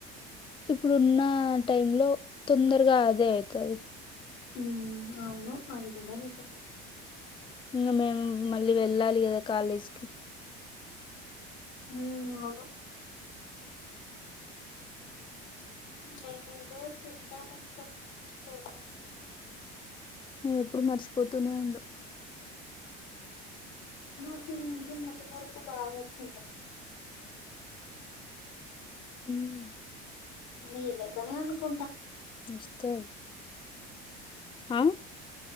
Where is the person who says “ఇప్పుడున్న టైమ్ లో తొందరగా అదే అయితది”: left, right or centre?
Left